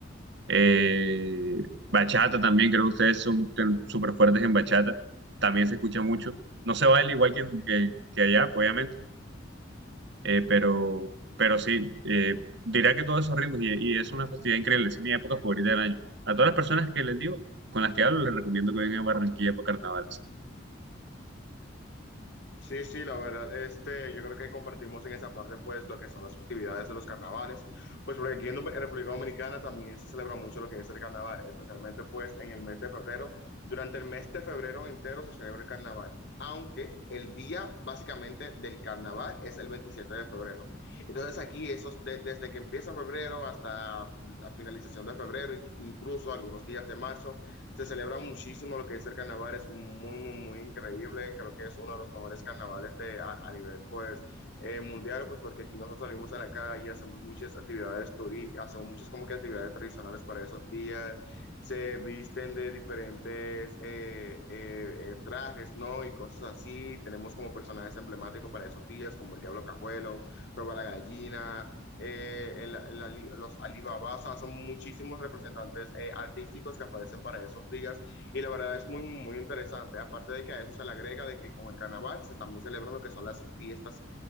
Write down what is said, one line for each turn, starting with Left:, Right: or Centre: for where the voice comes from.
Right: eh, bachata también, creo que ustedes son ten- súper fuertes en bachata. También se escucha mucho. No se baila igual que, en- que, que allá, obviamente, eh, pero, pero sí, eh, diría que todos esos ritmos y, y es una festividad increíble. Es mi época favorita del año. A todas las personas que les digo, con las que hablo, les recomiendo que vengan a Barranquilla para carnavales.
Left: Sí, sí, la verdad, este, yo creo que compartimos en esa parte, pues, lo que son las festividades de los carnavales, pues, porque aquí en Dom- en República Dominicana también se celebra mucho lo que es el carnaval, especialmente, pues, en el mes de febrero. Durante el mes de febrero entero se celebra el carnaval, aunque el día, básicamente, del carnaval es el 27 de febrero. Entonces, aquí, esos, de- desde que empieza febrero hasta la finalización de febrero, in- incluso algunos días de marzo, se celebra muchísimo lo que es el carnaval, es muy, muy, muy increíble, creo que es uno de los mejores carnavales de, a, a nivel, pues, eh, mundial, pues, porque aquí nosotros salimos a la calle, hacemos muchas actividades, turi- hacemos muchas como que actividades tradicionales para esos días, se visten de diferentes eh, eh, eh, trajes, ¿no? Y cosas así, tenemos como personajes emblemáticos para esos días, como el Diablo Cajuelo, Roba la Gallina, eh, el, el, los Alibaba, o sea, son muchísimos representantes eh, artísticos que aparecen para esos días y la verdad es muy, muy interesante, aparte de que a eso se le agrega de que con el carnaval se también celebran lo que son las fiestas